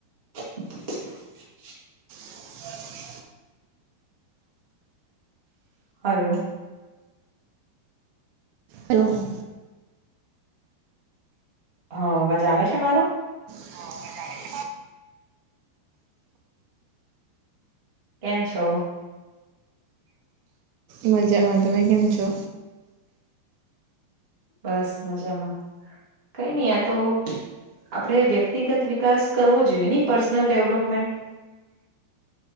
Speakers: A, on the right (about 45°); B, on the right (about 80°).
A: <inaudible>
B: હા.
A: હલો.
B: હો.
A: હ અવાજ આવે છે મારો?
B: હા મજા આવે. <unintelligible>
A: કેમ છો?
B: મજામાં તમે કેમ છો?
A: બસ મજામાં, કઈ નહ આ તો આપણે વ્યક્તિગત વિકાસ કરવો જોઈએ નહી પર્સનલ ડેવલોપમેન્ટ.